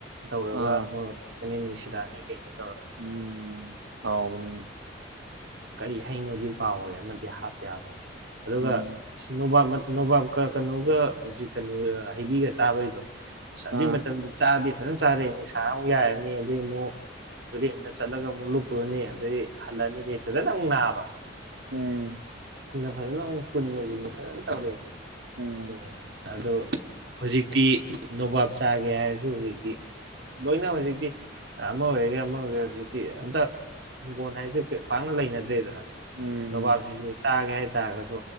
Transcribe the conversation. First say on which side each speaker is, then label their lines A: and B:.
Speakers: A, on the right; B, on the right.
A: ꯇꯧꯔꯒ
B: ꯑꯥ
A: ꯃꯣꯔꯠ <unintelligible> ꯅꯤꯁꯤꯗꯥꯛꯅꯤ ꯀꯩꯅ‌ꯦ
B: ꯎꯝ ꯍꯥꯎꯕꯅꯤ
A: ꯀꯔꯤ ꯍꯩꯅꯣꯗꯤ ꯀꯥꯎꯔꯦ ꯑꯃꯗꯤ ꯍꯥꯞꯇꯤ ꯍꯥꯞꯄꯅꯤ ꯑꯗꯨꯒ
B: ꯎꯝ
A: ꯅꯨꯣꯕꯥꯞ ꯃꯁꯤꯟ ꯅꯣꯕꯥꯞꯀ ꯀꯩꯅꯣꯒ ꯍꯧꯖꯤꯛ ꯀꯩꯅꯣ ꯍꯩꯕꯤꯒ ꯆꯥꯕꯩꯗꯣ ꯑꯗꯨꯏ
B: ꯑꯥ
A: ꯃꯇꯝꯗꯤ ꯆꯥꯗ‌ꯦ ꯐꯖꯅ ꯆꯥꯔ‌ꯦ ꯅꯨꯡꯁꯥ ꯑꯃꯨꯛ ꯌꯥꯏꯔꯅꯤ ꯑꯗꯨꯩ ꯑꯃꯨꯛ ꯇꯨꯔꯦꯟꯗ ꯆꯠꯂꯒ ꯑꯃꯨꯛ ꯂꯨꯞꯄꯨꯔꯅꯤ ꯑꯗꯩ ꯍꯜꯂꯛꯑꯅ ꯑꯗꯩ ꯐꯖꯅ ꯑꯃꯨꯛ ꯅꯥꯕ
B: ꯎꯝ
A: ꯐꯖꯅ ꯑꯃꯨꯛ ꯀꯨꯟꯁꯤꯅ ꯐꯖꯅ ꯇꯧꯔꯛꯏꯦ
B: ꯎꯝ
A: <unintelligible> ꯑꯗꯨ ꯍꯧꯖꯤꯛꯇꯤ ꯅꯧꯕꯥꯞ ꯆꯥꯒ‌ꯦ ꯍꯥꯏꯔꯖꯨ ꯍꯧꯖꯤꯛꯇꯤ ꯂ‌ꯣꯏꯅ ꯍꯧꯖꯤꯛꯇꯤ ꯑꯃ ꯑ‌ꯣꯏꯒ‌ꯦꯔ ꯑꯃ ꯑꯣꯏꯒ‌ꯦꯔ ꯍꯧꯖꯤꯛꯇꯤ ꯑꯝꯇ ꯍꯤꯡꯒ‌ꯣꯟ ꯍꯥꯏꯖꯨ ꯀ‌ꯦꯝ ꯄꯥꯛꯅ ꯂꯩꯅꯗ꯭ꯔꯦꯗꯅ
B: ꯎꯝ
A: ꯅꯣꯕꯥꯞꯁꯤꯁꯨꯨ ꯆꯥꯒꯦ ꯍꯥꯏ ꯍꯥꯏ ꯇꯥꯔꯒꯁꯨ